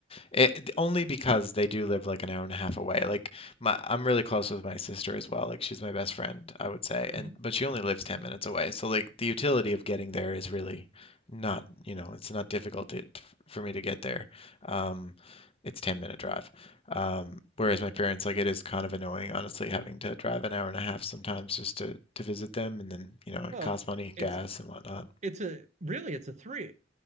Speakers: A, on the left; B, on the right.
A: It only because they do live like an hour and a half away. Like my, I'm really close with my sister as well. Like she's my best friend, I would say.
B: hmm
A: And but she only lives 10 minutes away. So like the utility of getting there is really not, you know, it's not difficult to, for me to get there. Um, it's 10 minute drive. Um, whereas my parents, like it is kind of annoying, honestly, having to drive an hour and a half sometimes just to to visit them, and then, you know, it
B: Well,
A: costs money,
B: it's
A: gas and whatnot.
B: it's a really it's a three.